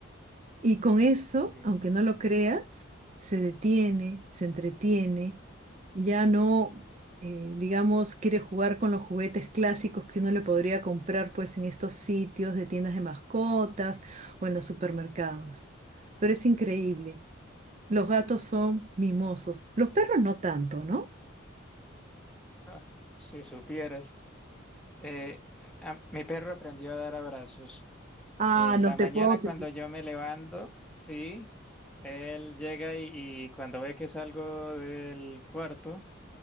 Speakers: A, on the right; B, in the centre.
A: Y con eso,
B: eh,
A: aunque no lo creas, se detiene, se entretiene, ya no, eh, digamos, quiere jugar con los juguetes clásicos que uno le podría comprar pues en estos sitios de tiendas de mascotas o en los supermercados. Pero es increíble. Los gatos son mimosos. Los perros no tanto, ¿no?
B: ah, si supieras, eh, a- mi perro aprendió a dar abrazos
A: Ah,
B: En
A: no
B: la
A: te
B: mañana
A: puedo creer.
B: cuando yo me levanto, sí, él llega y, y cuando ve que salgo del cuarto,